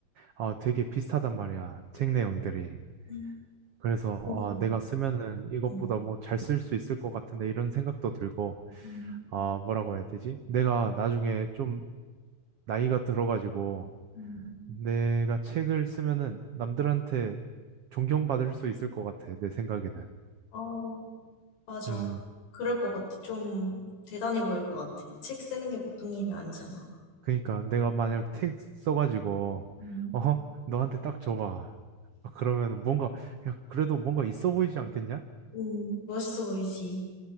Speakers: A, on the right (about 80°); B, on the left (about 80°).
A: 아 되게 비슷하단 말이야. 책 내용들이.
B: 음,
A: 그래서
B: 음,
A: 아 내가 쓰면은 이것보다
B: 음,
A: 뭐 잘 쓸 수 있을 것 같은데 이런 생각도 들고
B: 음,
A: 아 뭐라고 해야 되지? 내가 나중에 좀 나이가 들어가지고
B: 음,
A: 내가 책을 쓰면은 남들한테 존경받을 수 있을 것 같아. 내 생각에는.
B: 어. 맞아.
A: 음.
B: 그럴 것 같아. 좀 대단해 보일 것 같아. 책 쓰는 게 보통 일이 아니잖아.
A: 그러니까 내가 만약 택 써가지고
B: 음,
A: 어 너한테 딱 줘봐 아, 그러면 뭔가 야 그래도 뭔가 있어 보이지 않겠냐?
B: 음, 멋있어 보이지.